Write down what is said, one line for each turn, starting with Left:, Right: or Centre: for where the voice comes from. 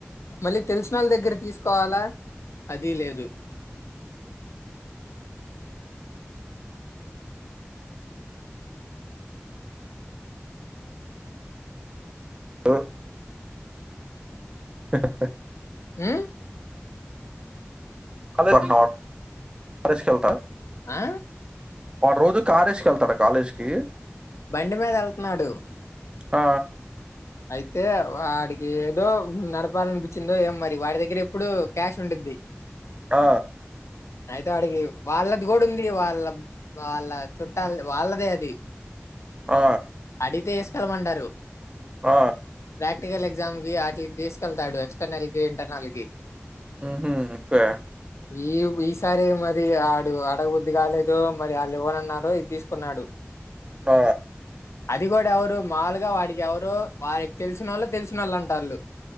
Left: మళ్ళీ తెల్సి నోళ్ళ దగ్గర తీసుకోవాలా అదీ లేదు
Right: ఓ హ హా
Left: హుమ్
Right: కాలేజ్ ఒనెహౌర్ ప్రెసుకెళ్తా
Left: ఆ
Right: వాడ్ రోజు కారేసుకేళ్తాడా కాలేజ్ కి
Left: బండి మీద వెళ్తున్నాడు
Right: ఆ
Left: అయితే వాడికి ఏదో నడపాలనిపించిందో ఏం మరి వాడి దగ్గర ఎప్పుడు క్యాష్ ఉండేది ది
Right: ఆ
Left: అయితే ఆడికి వాళ్ళది కూడా ఉంది వాళ్ళ వాళ్ళ చుట్టాల వాళ్ళదే అది
Right: ఆ
Left: అడిగితే ఇస్తామంటారు
Right: ఆ
Left: ప్రక్టికల్ ఎగ్జామ్ కి అచ్చి తీసుకెళ్తాడు ఎక్స్టర్నల్ కి ఇంటర్నల్ కి
Right: ఉహామ్ ఒకే
Left: ఈ ఈ సారి మరి ఆడు అడగు బుద్ధి కాలేదో మరి ఆళ్ళు ఇవ్వనున్నారో ఇది తీసుకున్నాడు
Right: ఆ
Left: అది కూడా ఎవరు మాములుగా వాడికి ఎవరు వారికి తెలిసినోళ్ళ తెలిసినోళ్ళు అంట వాళ్ళు